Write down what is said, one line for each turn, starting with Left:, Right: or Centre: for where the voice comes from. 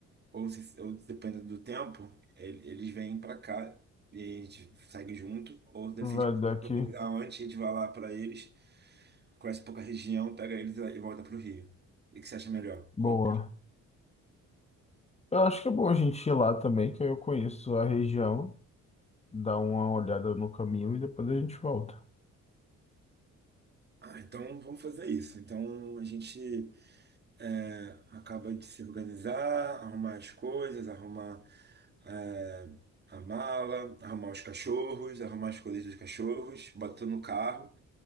Right: ou, se, ou dependendo do tempo, ele- eles vêm pra cá e a gente segue junto. Ou deve
Left: Vai
Right: ser
Left: daqui.
Right: antes, a gente vai lá pra eles, conhece um pouco a região, pega eles e volta pro Rio. O que que você acha melhor?
Left: Boa.
Right: Qual-
Left: Eu acho que é bom a gente ir lá também, que aí eu conheço a região, dar uma olhada no caminho e depois a gente volta.
Right: Ah, então vamos fazer isso. Então a gente. é, acaba de se organizar, arrumar as coisas, arrumar é, a mala, arrumar os cachorros, arrumar as coisas dos cachorros, bota no carro